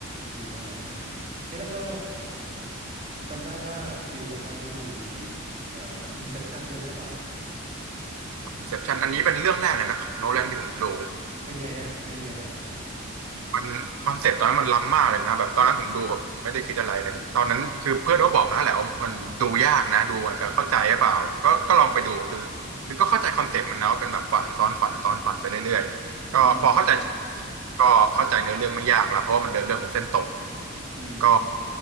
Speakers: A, on the right; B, on the right.
A: ดีมาก เอ๊ะแล้วก็จำได้ว่าฟิลบอกว่าได้ดูเอ่อ Inception ด้วยใช่เปล่า
B: Inception อันนี้เป็นเรื่องแรกเลยนะของโนแลนที่ผมดู
A: เป็นไงฮะเป็นไงฮะ
B: มันคอนเซปต์ตอนนั้นมันล้ำมากเลยนะแบบตอนนั้นผมดูแบบไม่ได้คิดอะไรเลยตอนนั้นคือเพื่อนก็บอกนะแหละว่ามันดูยากนะดูอาจจะเข้าใจหรือเปล่าก็ก็ลองไปดูคือคือก็เข้าใจคอนเซปต์มันนะว่าเป็นแบบฝันซ้อนฝันซ้อนฝันไปเรื่อยๆก็พอเข้าใจ
A: อืม
B: ก็เข้าใจเนื้อเรื่องไม่ยากละเพราะว่ามันเดินเรื่องเป็นเส้นตรง
A: อืม
B: ก็